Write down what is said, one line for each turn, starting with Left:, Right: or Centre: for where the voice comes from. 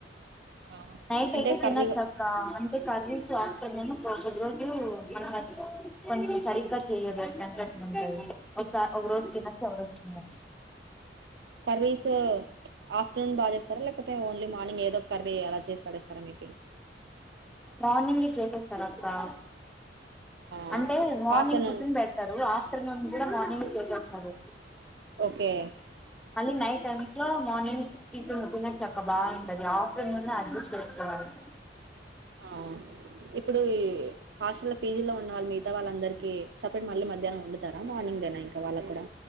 Right: ఆ
Centre: నైట్
Right: అంటే
Centre: అయితే తినొచ్చక్క
Right: కర్రీ
Centre: అంతే కర్రీస్ ఆఫ్టర్నూను ఒకఒకటి రోజు మన కొంచెం సరిగ్గా చెయ్యదు. ఎట్లంటే అట్లుంటాయి ఒకసార్ ఒక రోజు తినొచ్చు ఒకరోజు తినలేం
Right: కర్రీసు ఆఫ్టర్నూన్ బా చేస్తార లేకపోతే ఓన్లీ మార్నింగ్ ఏదోక్కర్రీ అలా చేసి పడేస్తారా మీకే
Centre: మార్నింగే చేసేస్తారు అక్కా
Right: ఆ
Centre: అంటే మార్నింగ్
Right: ఆఫ్టర్నూన్
Centre: టిఫిన్ బెడతారు ఆఫ్టర్నూన్. ఇంకా మార్నింగ్ చేసేస్తారు.
Right: ఓకే
Centre: మళ్ళీ నైట్ టైమ్స్ లో మార్నింగ్ టిఫిన్ ఉంటుదద్ చక్క బాంటది ఆఫ్టర్నూన్ అడ్జస్ట్ చేసుకోవాలి
Right: ఆహ్హ్ ఇప్పుడు ఈహ్ హాస్టల్లో పీజీలో ఉన్న వాళ్ మిగతా వాళ్ళందరికీ, సెపరేట్ మళ్ళీ మధ్యాహ్నం వండుతారా మార్నింగేనా ఇంకా వాళ్ళక్కుడా.